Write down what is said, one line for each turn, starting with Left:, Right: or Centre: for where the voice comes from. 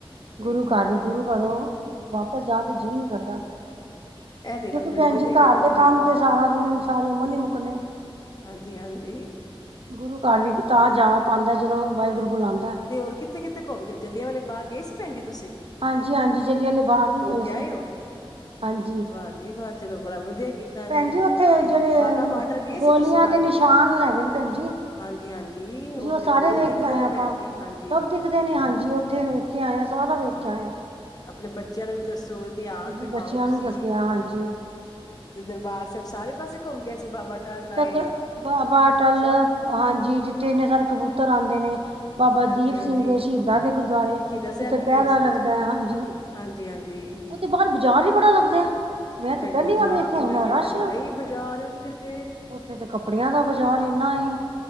Left: ਸਹੀ
Right: ਗੁਰੂ
Left: ਗੱਲ
Right: ਘਰ
Left: ਮੈਂ
Right: ਗੁਰੂ ਘਰੋਂ ਵਾਪਸ ਜਾਣ ਤੇ ਜੀਅ ਨੀ ਕਰਦਾ।
Left: ਇਹ ਤੇ
Right: ਕਿਉਂਕਿ
Left: ਗੱਲ ਬੜੀ
Right: ਭੈਣ
Left: ਵਧੀਆ
Right: ਜੀ ਘਰ
Left: ਕੀਤੀ
Right: ਦੇ ਕੰਮ
Left: ਏ।
Right: ਤੇ ਸਾਰਾ ਦਿਨ ਇਨੁਸਾਰੀ ਉਮਰ ਨੀ ਮੁੱਣੇ।
Left: ਹਾਂਜੀ-ਹਾਂਜੀ
Right: ਗੁਰੂ ਘਰ ਵੀ ਤਾਂ ਜਾ ਪਾਉਂਦਾ ਜਦੋਂ ਵਾਹਿਗੁਰੂ। ਬੁਲਾਉਂਦਾ
Left: ਤੇ ਹੋਰ ਕਿੱਥੇ ਕਿੱਥੇ ਘੁੰਮ ਗਏ ਜੱਲਿਆਂ ਵਾਲੇ ਬਾਗ ਗਏ ਸੀ ਭੈਣ ਜੀ। ਤੁਸੀਂ
Right: ਹਾਂਜੀ ਹਾਂਜੀ ਜਲਿਆਂਵਾਲੇ ਬਾਗ ਵੀ
Left: ਹੋ
Right: ਗਏ
Left: ਕੇ
Right: ਸੀ
Left: ਆਏ ਓ
Right: ਹਾਂਜੀ
Left: ਵਾਹ ਜੀ ਵਾਹ ਚਲੋ। ਬੜਾ ਵਧੀਆ। ਗੀਤਾ ਨੇ
Right: ਭੈਣ ਜੀ ਉੱਥੇ
Left: ਤੇ
Right: ਜਿਹੜੇ
Left: ਬਾਗਾ ਬਾਰਡਰ ਗਏ
Right: ਗੋਲੀਆਂ
Left: ਸੀ ਤੁਸੀਂ ਬਾਰਡਰ
Right: ਦੇ ਨਿਸ਼ਾਨ ਹੈਗੇ ਨੇ ਭੈਣ ਜੀ
Left: ਹਾਂਜੀ ਹਾਂਜੀ। ਜੀ ਉਹ
Right: ਸਾਰੇ
Left: ਤੇ ਪੂਰੇ
Right: ਵੇਖ
Left: ਦਿਖਦੇ
Right: ਕੇ ਆਏ
Left: ਨੇ
Right: ਆਪਾਂ
Left: ਭੈਣ ਜੀ।
Right: ਸਭ
Left: ਹਾਂਜੀ।
Right: ਦਿਖਦੇ ਨੇ ਹਾਂਜੀ ਉੱਥੇ ਵੇਖ ਕੇ ਆਇਆ ਸਾਰਾ ਵੇਖ ਕੇ ਆਇਆ।
Left: ਆਪਣੇ ਬੱਚਿਆਂ ਨੂੰ ਵੀ ਦੱਸੋ ਇਤਿਹਾਸ ਦਿਖਾਓ
Right: ਬੱਚਿਆਂ
Left: ਤੁਸੀਂ
Right: ਨੂੰ ਦੱਸਿਆ ਹਾਂਜੀ
Left: ਤੇ ਦਰਬਾਰ ਸਾਹਿਬ ਸਾਰੇ ਪਾਸੇ ਘੁੰਮ ਗਏ ਸੀ ਬਾਬਾ ਟਾਲ ਆਏ।
Right: ਥ ਬ ਬਾਟਲ
Left: ਸਭ
Right: ਹਾਂਜੀ ਜਿੱਥੇ ਇੰਨੇ ਸਾਰੇ ਕਬੂਤਰ ਆਉਂਦੇ ਨੇ ਬਾਬਾ
Left: ਹਾਂਜੀ-ਹਾਂਜੀ
Right: ਦੀਪ ਸਿੰਘ ਦੇ ਸ਼ਹੀਦਾਂ ਦੇ ਗੁਰੂ ਦੁ
Left: ਸ਼ਹੀਦਾ ਸਾਹਿਬ
Right: ਜਿੱਥੇ ਪਹਿਰਾ
Left: ਵੀ ਗਏ ਸੀ
Right: ਲੱਗਦਾ ਹਾਂਜੀ
Left: ਹਾਂਜੀ-ਹਾਂਜੀ।
Right: ਉਹ ਤੇ ਬਾਹਰ ਬਜਾਰ ਹੀ ਬੜਾ ਲੱਗਦਾ। ਮੈਂ ਤੇ
Left: ਭੈਣਜੀ
Right: ਪਹਿਲੀ
Left: ਬਾਜ਼ਾਰ
Right: ਵਾਰ ਵੇਖਿਆ
Left: ਤੇ
Right: ਇੰਨਾ
Left: ਮੈਂ ਕਹਿੰਦੀ
Right: ਰਸ਼।
Left: ਹਾਂ ਬੜਾ ਹੀ ਬਾਜ਼ਾਰ ਉੱਥੇ ਤੇ
Right: ਉੱਥੇ ਤੇ ਕੱਪੜਿਆਂ ਦਾ ਬਾਜ਼ਾਰ ਏਨਾ ਏ।